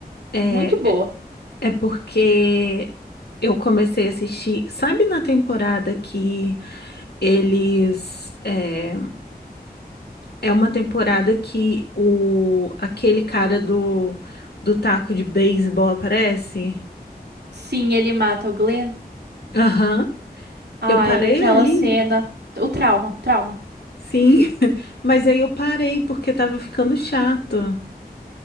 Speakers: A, on the left (about 75°); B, on the right (about 85°).
A: É,
B: Muito boa.
A: é porque eu comecei a assistir, sabe na temporada que eles, é, É uma temporada que o aquele cara do, do taco de beisebol aparece.
B: Sim, ele mata o Glenn.
A: Aham.
B: Ai,
A: Eu parei
B: aquela
A: ali,
B: cena. O trauma, trauma.
A: sim. <laughs> Mas aí eu parei porque tava ficando chato.